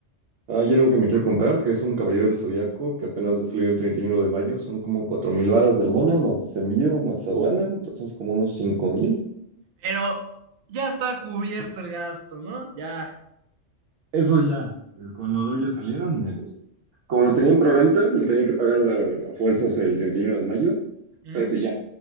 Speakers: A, on the right (about 85°); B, on the right (about 60°).
A: Hay algo que me quiero comprar, que es un Caballero del Zodíaco, que apenas va a salir el 31 de mayo. Son como 4 mil varos del mono, más envío, más aduana, entonces como unos 5 mil.
B: Pero ya está cubierto el gasto, ¿no? Ya.
A: Eso ya, eh, con lo doy ya salieron. me- Como lo tenía en preventa, lo tenía que pagar de- a fuerzas el 31 de mayo,
B: Ujú,
A: pero pues ya,